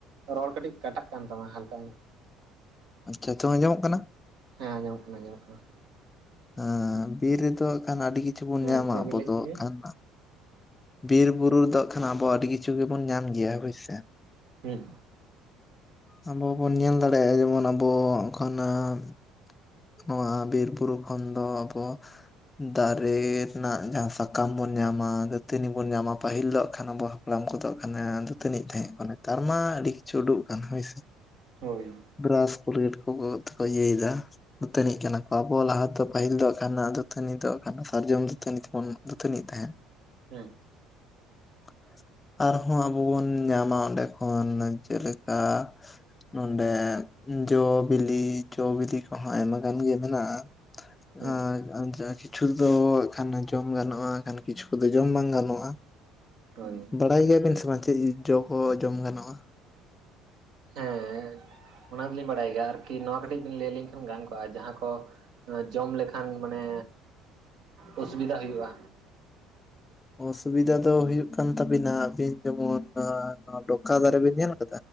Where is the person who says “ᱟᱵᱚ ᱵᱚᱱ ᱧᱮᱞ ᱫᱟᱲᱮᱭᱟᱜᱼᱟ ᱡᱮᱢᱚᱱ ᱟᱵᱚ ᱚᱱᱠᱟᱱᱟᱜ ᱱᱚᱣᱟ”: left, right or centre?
Left